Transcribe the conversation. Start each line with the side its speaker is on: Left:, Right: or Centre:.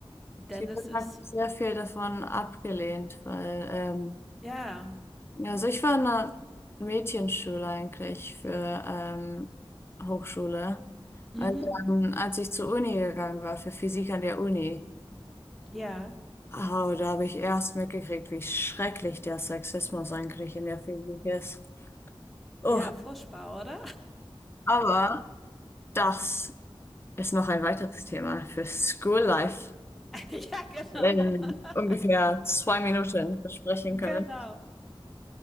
Centre: denn
Left: Sie
Centre: es
Left: wird
Centre: ist
Left: einfach sehr viel davon abgelehnt, weil ähm,
Centre: ja,
Left: Ja, also ich war in einer Mädchenschule eigentlich für ähm, Hochschule.
Centre: mhm,
Left: Und dann, als ich zur Uni gegangen war, für Physik an der Uni,
Centre: ja,
Left: oh, da habe ich erst mitgekriegt, wie schrecklich der Sexismus eigentlich in der Physik ist. Oh,
Centre: ja, furchtbar, oder?
Left: aber das ist noch ein weiteres Thema für School Life
Centre: <laughs> Ja, genau,
Left: in
Centre: <laughs>
Left: ungefähr zwei Minuten besprechen können.
Centre: genau.